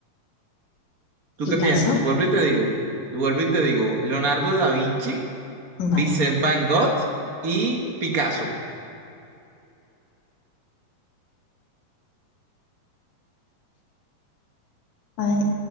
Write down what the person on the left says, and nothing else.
Picasso,
vale.
A ver,